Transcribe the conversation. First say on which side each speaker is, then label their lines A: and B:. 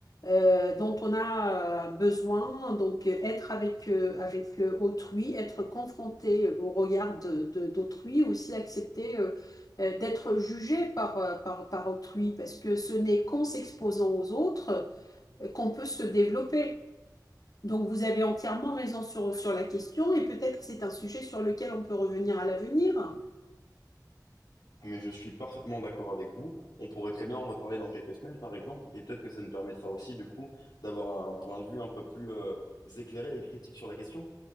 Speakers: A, on the left; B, on the left.
A: euh, dont on a euh, besoin, donc euh, être avec, euh, avec euh, autrui, être confronté euh, au regard de, de- d'autrui, aussi accepter euh, euh, d'être jugé par, euh, par, par autrui, parce que ce n'est qu'en s'exposant aux autres euh, qu'on peut se développer. Donc vous avez entièrement raison sur, sur la question et peut-être c'est un sujet sur lequel on peut revenir à l'avenir.
B: Mais je suis parfaitement d'accord avec vous. On pourrait très bien en reparler dans quelques semaines, par exemple, et peut-être que ça nous permettra aussi, du coup, d'avoir un point de vue un peu plus euh, éclairé et critique sur la question.